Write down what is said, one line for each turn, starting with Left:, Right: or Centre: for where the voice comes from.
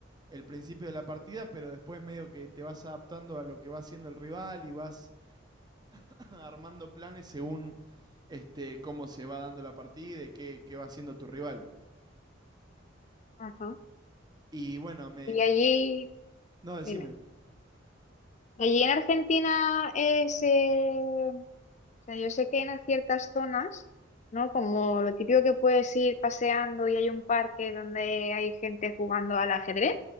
Right: el principio de la partida, pero después medio que te vas adaptando a lo que va haciendo el rival y vas <laughs> armando planes según este, cómo se va dando la partida y qué, qué va haciendo tu rival.
Left: Ajá.
Right: Y bueno, me...
Left: Y allí,
Right: No, decime.
Left: dime, allí en Argentina es, eh, o sea, yo sé que en ciertas zonas, ¿no? Como lo típico que puedes ir paseando y hay un parque donde hay gente jugando al ajedrez,